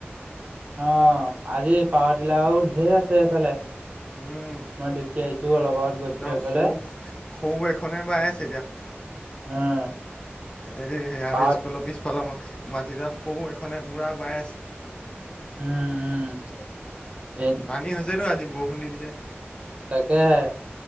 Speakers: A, on the right; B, on the left.
A: অ আজি পাৱৰ্তিলাও ধেৰ আছে এইফালে,
B: উম,
A: মই দেখি আহিছো অলপ আগত গৈছিলো
B: এতিয়া
A: সেইফালে
B: সৌ সৌ এখনে বাই আছে এতিয়া
A: উম।
B: এই সেয় আৰু
A: পাৱত
B: স্কুলৰ পিছফালৰ মাটিতাত সৌ এখনে পুৰা বাই আছে।
A: উম উম। এ
B: পানী হৈছে তো আজি বৰষুণ দি দিছে।
A: তাকে হে।